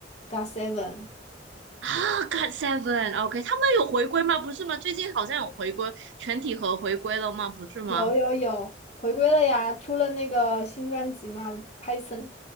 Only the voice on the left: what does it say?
g o t seven
有有有，回归了呀，出了那个新专辑嘛，Python，